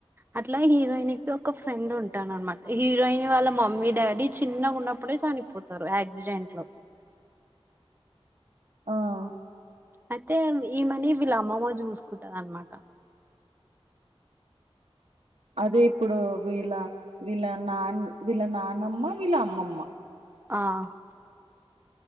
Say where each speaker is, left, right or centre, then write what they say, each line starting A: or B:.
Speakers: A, on the right; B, on the right.
A: అట్లా హీరోయిన్ కి ఒక ఫ్రెండ్ ఉంటాడు అన్నమాట హీరోయిన్ వాళ్ల మమ్మీ డాడీ చిన్నగా ఉన్నప్పు డే చనిపోతారు యాక్సిడెంట్ లో
B: ఆహ్
A: అంటే అయితే ఈమనీ వీళ్ళ అమ్మమ్మ చూసుకుంటది అన్నమాట
B: అదే ఇప్పుడు వీళ్ల వీళ్ల నాన్ వీళ్ల నాన్నమ్మ వీళ్ల అమ్మమ్మ
A: ఆహ్